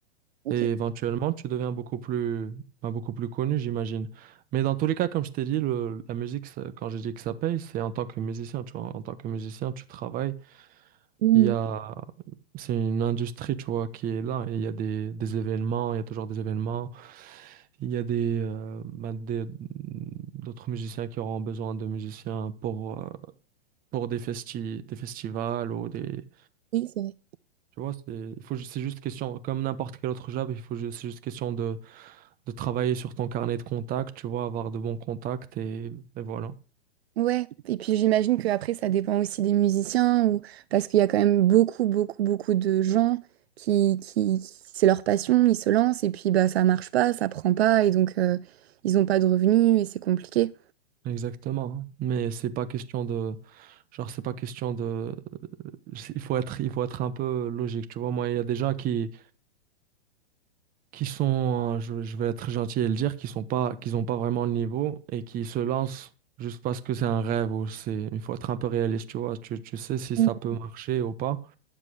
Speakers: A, on the right (about 70°); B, on the right (about 25°).
A: Ok.
B: Et éventuellement, tu deviens beaucoup plus, ben, beaucoup plus connu, j'imagine. Mais dans tous les cas, comme je t'ai dit, le, la musique, ça- quand je dis que ça paye, c'est en tant que musicien, tu vois. En tant que musicien, tu travailles.
A: Hmm.
B: Il y a, c'est une industrie, tu vois, qui est là. Et il y a des, des événements, il y a toujours des événements. Il y a des, euh, bah, des- d'autres musiciens qui auront besoin de musiciens pour, euh, pour des festi, des festivals ou des,
A: Oui, c'est vrai.
B: tu vois, c'est, il faut, ju- c'est juste question, comme n'importe quel autre job, il faut, ju- c'est juste question de, de travailler sur ton carnet de contacts, tu vois, avoir de bons contacts et, et voilà.
A: Ouais, et puis j'imagine que après ça dépend aussi des musiciens ou parce qu'il y a quand même beaucoup beaucoup beaucoup de gens qui qui, qui- c'est leur passion, ils se lancent et puis bah ça marche pas, ça prend pas et donc euh, ils ont pas de revenus et c'est compliqué.
B: Exactement. hein. Mais c'est pas question de, genre, c'est pas question de c'est- Il faut être, il faut être un peu logique, tu vois. Moi, il y a des gens qui, qui sont, euh, je, je vais être gentil et le dire, qui sont pas, qui ont pas vraiment le niveau et qui se lancent juste parce que c'est un rêve ou c'est, il faut être un peu réaliste, tu vois. Tu, tu sais si ça
A: Mm.
B: peut marcher ou pas.